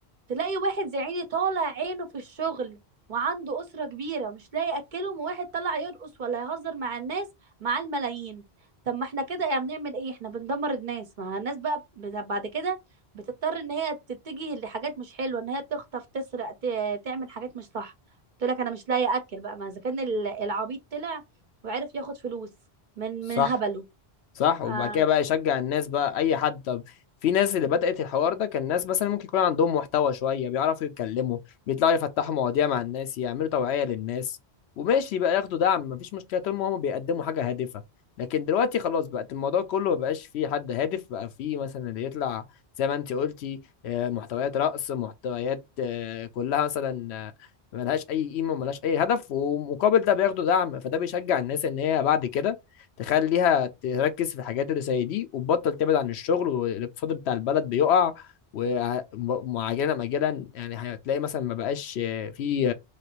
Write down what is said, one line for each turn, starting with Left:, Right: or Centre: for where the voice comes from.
Right: تلاقي واحد زي عيني طالع عينه في الشغل وعنده أسرة كبيرة مش لاقي يأكلهم وواحد طلع يرقص ولا يهزر مع الناس مع الملايين طب ما احنا كده يعني بنعمل ايه احنا بندمر الناس ما الناس بقى بت- بعد كده بتضطر ان هي تتجه لحاجات مش حلوة ان هي تخطف تسرق ت- تعمل حاجات مش صح قلت لك انا مش لاقي اكل بقى ما اذا كان ال- العبيط طلع وعرف ياخد فلوس من
Left: صح
Right: من هبله
Left: صح وبعد
Right: فعندك
Left: كده بقى يشجع الناس بقى اي حد طب في ناس اللي بدأت الحوار ده كان ناس مثلا ممكن يكون عندهم محتوى شوية بيعرفوا يتكلموا بيطلعوا يفتحوا مواضيع مع الناس يعملوا توعية للناس وماشي بقى ياخدوا دعم مفيش مشكلة طول ما هم بيقدموا حاجة هادفة لكن دلوقتي خلاص بقت الموضوع كله ما بقاش فيه حد هادف بقى فيه مثلا اللي يطلع زي ما انت قلتي آه، محتويات رقص محتويات آه، كلها مثلا آه، ملهاش اي قيمة ملهاش اي هدف ومقابل ده بياخدوا دعم فده بيشجع الناس ان هي بعد كده تخليها تركز في الحاجات اللي زي دي وتبطل تبعد عن الشغل والاقتصاد بتاع البلد بيقع ومعجلا مجلا يعني هتلاقي مثلا ما بقاش في